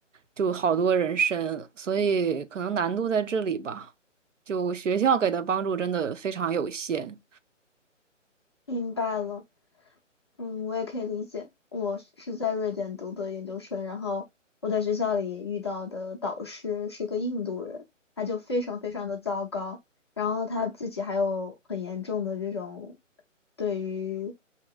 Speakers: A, on the right; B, on the left.
A: 就好多人申，所以可能难度在这里吧，就学校给的帮助真的非常有限。
B: 明白了。嗯，我也可以理解。我是在瑞典读的研究生，然后我在学校里遇到的导师是一个印度人，他就非常非常的糟糕，然后他自己还有很严重的这种对于